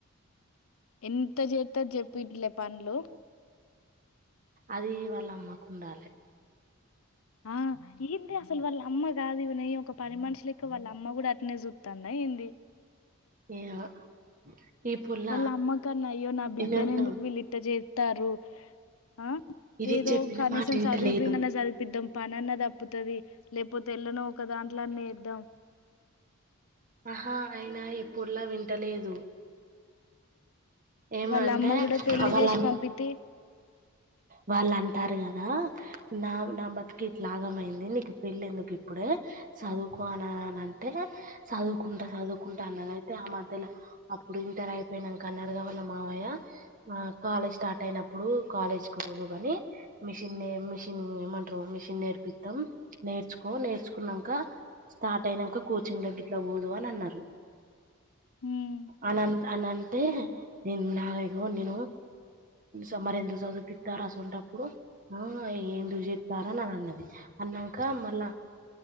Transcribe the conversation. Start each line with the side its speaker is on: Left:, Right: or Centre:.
Left: ఎంత చేత్తది చెప్పు ఇట్ల పనులు.
Right: అదీ వాళ్ళమ్మకుండాలి.
Left: ఆ ఏంటి అసలు వాళ్లమ్మగాదిగ నేను ఒక పని మనిషి లెక్క వాళ్ళ అమ్మ కూడ అట్టనే చూత్తాందా ఏంది?
Right: ఏమో ఈ పుల్ల
Left: వాళ్ళమ్మకన్న అయ్యో నా బిడ్డని
Right: ఇను ఇను
Left: ఎందుకు వీళ్ళిట్ట చేత్తారు? ఆ.
Right: ఇది
Left: ఏదో
Right: చెప్పిన
Left: కనీసం
Right: మాట వింటలేదు
Left: సదువిపీ నన్న సదువుపిద్ధం. పనన్న తప్పుతది లేకపోతే, ఎళ్ళనొ ఒక దాంట్లో అన్న ఏద్దాం.
Right: ఆహా అయినా ఎప్పుల్లా వింటలేదు. ఏమంటే
Left: వాళ్ళమ్మ కూడ పెళ్లి
Right: వాళ్ళ
Left: చేసి పంపితే,
Right: వాళ్ళు అంటారు కదా! నా నా బతికిట్ల ఆగమయింది. నీకు పెళ్ళి ఎందుకు ఇప్పుడే, చదువుకోన అన అంటే చదువుకుంటా చదువుకుంటా అనన్నది. అయితే, ఆ మధ్యలో అప్పుడు ఇంటర్ అయిపోయినంక అన్నాడుగా వాళ్ళ మావయ్య, ఆ కాలేజ్ స్టార్ట్ అయినప్పుడు, కాలేజ్ పొదువ్ గాని మిషన్నే, మిషిన్ ఏమంటారు, మిషన్ నేర్పిత్తాం. నేర్చుకో. నేర్చుకున్నంక, స్టార్ట్ అయినంక కోచింగ్ దగ్గర్లో పోదువు అనన్నారు.
Left: ఉమ్
Right: అనన్ అనంటే నేనున్నాగో నేను ఆ మరెందుకు చదువుపి త్తరు అసువంటప్పుడు. ఆ. ఎందుకు చెప్పారన అని అన్నది. అన్నంక మళ్ళా